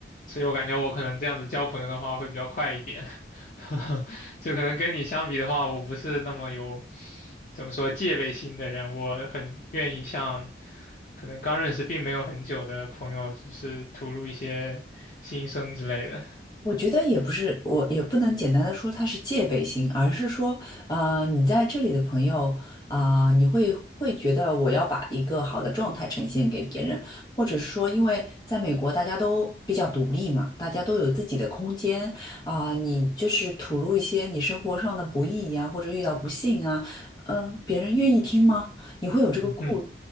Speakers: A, on the left; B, on the left.
A: 所以我感觉我可能这样子交朋友的话会比较快一点，<laughs> 就可能跟你相比的话，我不是那么有。怎么说戒备心的人，我很愿意向可能刚认识并没有很久的朋友，就是吐露一些心声之类的。
B: 我觉得也不是，我也不能简单的说他是戒备心，而是说，呃，你在这里的朋友，啊、你会会觉得我要把一个好的状态呈现给别人，或者是说，因为在美国大家都比较独立嘛，大家都有自己的空间啊、你就是吐露一些你生活上的不易呀、或者遇到不幸啊，嗯、别人愿意听吗？你会有这个顾虑，
A: 嗯，